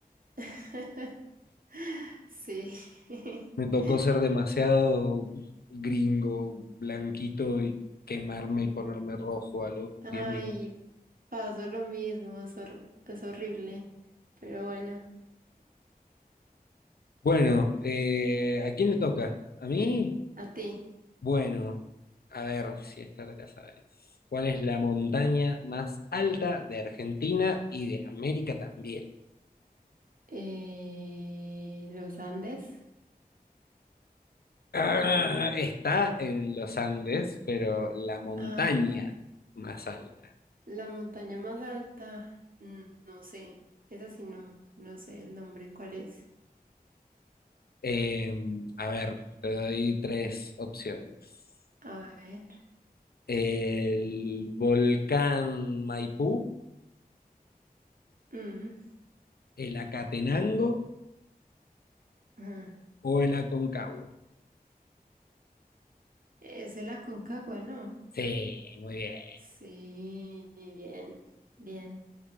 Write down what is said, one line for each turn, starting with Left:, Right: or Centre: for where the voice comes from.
Right: <laughs> Sí. <laughs>
Left: Me tocó ser demasiado gringo, blanquito y quemarme y ponerme rojo a los
Right: Ay,
Left: diez minutos.
Right: pasó lo mismo, es, hor- es horrible. Pero bueno,
Left: Bueno, eh, ¿a quién le toca? ¿A mí?
Right: a ti.
Left: Bueno, a ver si esta te la sabes. ¿Cuál es la montaña más alta de Argentina y de América también?
Right: Eh, los Andes.
Left: Ah, está en los Andes, pero la montaña
Right: Ah,
Left: más alta.
Right: la montaña más alta. Mm, No sé. Esa sí no. No sé el nombre. ¿Cuál es?
Left: Eh, a ver, te doy tres opciones.
Right: A ver.
Left: El volcán Maipú,
Right: Mm,
Left: el Acatenango
Right: ajá.
Left: o el Aconcagua.
Right: Es el Aconcagua, ¿no?
Left: Sí, muy bien.
Right: Sí, bien. Bien.